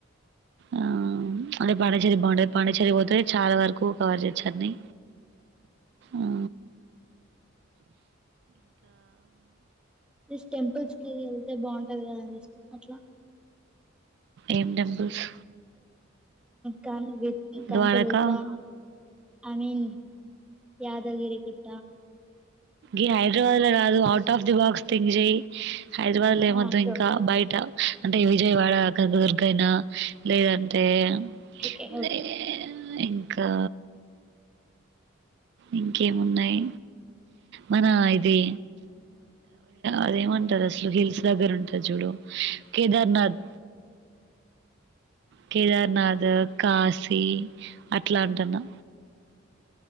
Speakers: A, on the right; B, in the centre.
A: ఆ ఆడి పాండిచేరి బాగుంటంది పాండిచ్చేరి పోతే చాలా వరకు కవర్ చేస్తంది చెన్నై అఆ
B: స్ టెంపుల్స్ కి వెళ్తే బాగుంటా అదెక దండిఅట్లా
A: ఏం టెంపుల్స్
B: క వి కనుక
A: ద్వారకా
B: ద వకా ఆఐ మీన్ యాదగిిరి క
A: ఇ హైదరాబాద్ లో రాదు out of the box think చేయి హైదరాబాద్లో ఏమద్ం
B: ఆ ఓకే
A: ఇంకా బయట అంటే విజయవాడ కదుర్గయినా లేదంటే ఇంకా
B: ఓకే ఓకే
A: యేం లేదు ఇంకా ఇంకేమున్నాయి మన ఇది అదేమంటారు అసలు హిల్స్ దగ్గర ఉంటది చూడు కేదార్నాథ్ కేదార్నాథ్ కాశీ అట్లా అంటున్నా